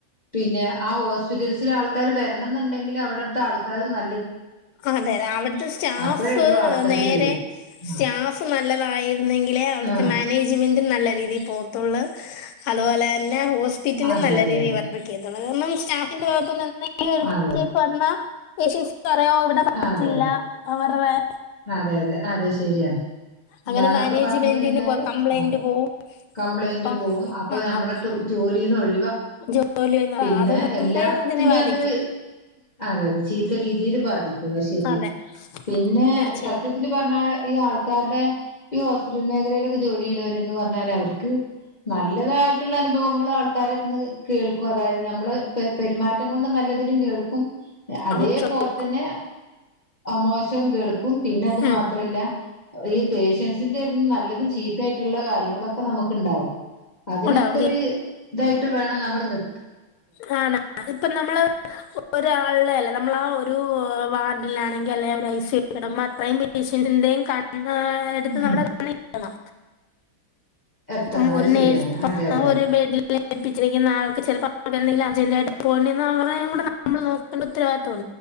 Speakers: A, on the left; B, on the left.
A: പിന്നെ ആ ഹോസ്- സ്പിറ്റൽസില് ആൾക്കാര് വരണം എന്നുണ്ടെങ്കിൽ അവിടുത്തെ ആൾക്കാർ ന
B: അതെ അതെ അവിടുത്തെ സ്റ്റാഫ്
A: അപ്പഴേള്ളൂ ആൾക്കാര്
B: നേരെ
A: വര
B: സ്റ്റാ
A: ആഹ്
B: <unintelligible> എന്നെങ്കിലെ അവിടുത്തെ
A: ആഹ്
B: മാനേജ്മെന്റ് നല്ല രീതീൽ പോതോള്ള് അതുപോലെ തന്നെ സ്പിറ്റലും
A: അതെ
B: നല്ല
A: അതെ
B: രീതിൽ
A: അതെ
B: വർക്ക് യ്തോ കാരണം സ്റ്റാഫിന്റെ ഭഗത്തുന്ന് എ ന്തെങ്കിലും ഒര് മിസ്റ്റേക്ക്
A: അതെ അതെ
B: വന്ന ചി കേ <inaudible> ഇവിടെ പിറ്റത്തില്ല
A: അതെ
B: അവടെ വേറെ
A: അതെ അതെ അതെ ശരിയാണ് അല്ലാന്നൊക്കെ
B: അങ്ങനെ മാനേജ്മെന്റിന്
A: പറഞ്ഞു കഴിഞ്ഞാല്
B: കംപ്ലൈന്റ്
A: അതെ
B: പോവും
A: കംപ്ലൈന്റ്
B: അപ്പം
A: പോകവും അപ്പൊ
B: ആ
A: നമ്മളെ
B: അ-
A: ജോലിന്ന് ഒഴ
B: ജോലി എന്ന് പറ-
A: പിന്നെ
B: അതൊന്നും നമ്മുടെ
A: എല്ലാത്തിനും
B: ഇതിനെ ബാധിക്കും
A: അത് അതെ അതെ ചീത്ത രീതിൽ ബാധിക്കും അത് ശരിയാണ്
B: അതെ
A: പിന്നെ
B: തീർച്ചയായും
A: സത്യത്തിൽ പറഞ്ഞ ഈ ആൾക്കാരുടെ ഈ ഹോസ്പിറ്റൽ മേഖലയിലൊക്കെ ജോലി ചെയ്യണവര് എന്ന് പറഞ്ഞാല് അവർക്ക് നല്ലതായിട്ടുള്ള അനുഭവങ്ങൾ ആൾക്കാരുടെ അടുത്തുന്ന് കേൾക്കും അതായത് നമ്മള് പെരുമാറ്റം കൊണ്ട് നല്ലതിലും കേൾക്കും അതേപോലെ
B: നമുക്ക് ചോദിക്കും
A: തന്നെ മോശവും കേൾക്കും ക്കും പിന്നെ അത്
B: ഉം,
A: മാത്രല്ല ഈ പേഷ്യൻസിന്റെ അടുത്തുന്ന് നല്ലതും ചീത്ത ആയിട്ടുള്ള കാര്യങ്ങളൊക്കെ നമുക്ക് ഉണ്ടാവും അതിനൊക്കെ
B: ഉണ്ടാവും
A: ഒരു ഇതായിട്ട് വേണം നമ്മള് നി
B: കാണ അതിപ്പ നമ്മള് ഒരാളുടെ അല്ല നമ്മള ഒരു വാർഡിലാണെങ്കിൽ അല്ലെ ഐ സീ യു മ്പോ അത്രയും പേസിൻ്റിൻ്റെ കൺ ആ എടുത്ത്
A: ഉം
B: നമ്മടെ കാണ എന്ന
A: എത്തണം
B: ഇപ്പം
A: അത്
B: ഒരു നഴ്സ്
A: ശരിയാണ് അതെ അതെ
B: ഒരു ബെഡ ലപ്പിച്ചിരിക്കുന്ന ആൾക്ക് ചിലപ്പോെലും അർജന്റായിട്ട് പോകണ്ടന്ന് അവ കൂടെ നമ്മൾ നോക്കണ്ട ഉത്തരവി